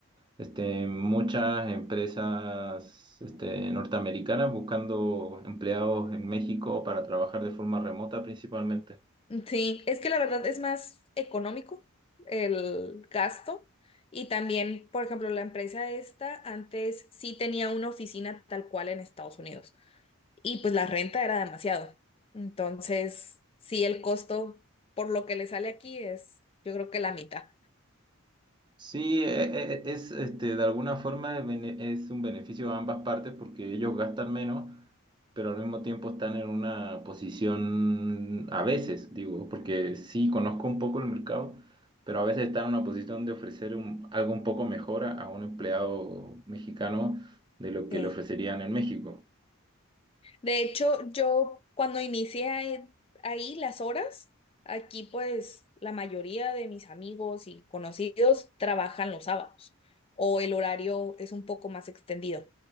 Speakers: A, on the right; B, on the left.
A: este, muchas empresas este, norteamericanas buscando empleados en México para trabajar de forma remota principalmente.
B: Sí, es que la verdad es más económico el gasto y también, por ejemplo, la empresa esta antes sí tenía una oficina tal cual en Estados Unidos y pues la renta era demasiado. Entonces, sí, el costo por lo que le sale aquí es, yo creo que la mitad.
A: Sí, e- e- e- es este, de alguna forma es bene- es un beneficio a ambas partes porque ellos gastan menos, pero al mismo tiempo están en una posición, a veces, digo, porque sí conozco un poco el mercado, pero a veces están en una posición de ofrecer un- algo un poco mejor a, a un empleado mexicano de lo que
B: Sí.
A: le ofrecerían en México.
B: De hecho, yo cuando inicié ahí ahí las horas, aquí pues la mayoría de mis amigos y conocidos trabajan los sábados o el horario es un poco más extendido